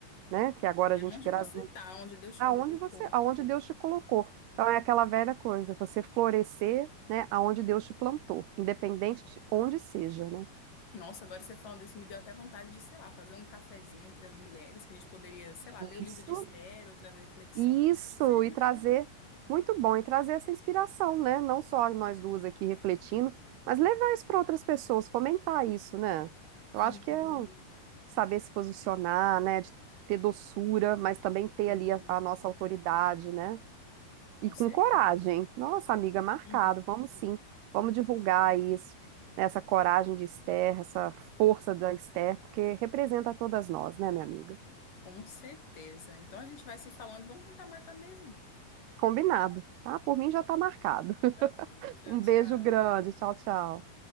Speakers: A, on the right; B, on the left.
A: né? Que agora
B: E
A: a gente
B: é onde
A: grava
B: você está, onde Deus te
A: aonde
B: colocou.
A: você, aonde Deus te colocou. Então é aquela velha coisa, você florescer, né? Aonde Deus te plantou, independente de onde seja, né?
B: Nossa, agora você falando isso me deu até vontade de, sei lá, fazer um cafezinho entre as mulheres, que a gente poderia, sei lá, ler o livro
A: Isso.
B: de Esther ou trazer reflexões.
A: Isso,
B: Acho que seria
A: e
B: muito
A: trazer,
B: bom.
A: muito bom, e trazer essa inspiração, né? Não só nós duas aqui refletindo, mas levar isso para outras pessoas, fomentar isso, né? Eu
B: Uhum.
A: acho que é um saber se posicionar, né? De ter doçura, mas também ter
B: Sim,
A: ali a, a nossa autoridade, né?
B: com
A: E com
B: certeza.
A: coragem. Nossa, amiga, marcado,
B: Uhum.
A: vamos sim, vamos divulgar isso, né? Essa coragem de Esther, essa força da Esther, porque representa todas nós, né, minha amiga?
B: Com certeza. Então a gente vai se falando, vamos tentar marcar mesmo.
A: Combinado, tá? Por mim já tá marcado.
B: Tá bom, tchau,
A: Um
B: tchau.
A: beijo grande. Tchau, tchau.